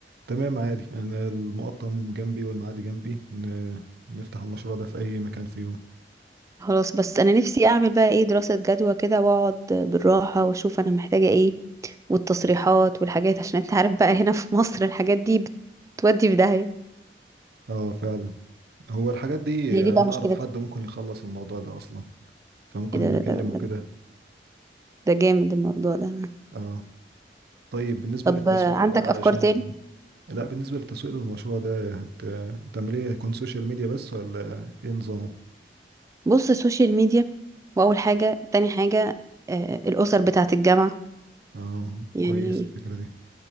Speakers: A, on the right; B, on the right.
A: تمام عادي انا المقطم جنبي والمعادي جنبي ن- نفتح المشروع ده في اي مكان في يوم
B: خلاص بس انا نفسي اعمل بقى ايه دراسه جدوى كده واقعد بالراحه واشوف انا محتاجه ايه والتصريحات والحاجات عشان انت عارف بقى هنا في مصر الحاجات دي بتودي في داهيه
A: اه فعلا هو الحاجات دي
B: ما هي
A: يعني
B: دي بقى
A: انا
B: مشكلتها
A: اعرف حد ممكن يخلص الموضوع ده اصلا فممكن
B: ايه ده
A: نكلمه
B: ده ده
A: كده
B: ده جامد الموضوع ده
A: اه طيب بالنسبة
B: طب
A: للتسويق
B: آه، عندك
A: بقى
B: افكار
A: علشان
B: تاني
A: لا بالنسبة للتسويق للمشروع ده هت... هتعمل ايه هيكون سوشيال ميديا بس ولا ايه نظامه
B: بص السوشيال ميديا واول حاجه تاني حاجه آه، الاسر بتاعه الجامعه
A: اه
B: يعني
A: كويس الفكرة دي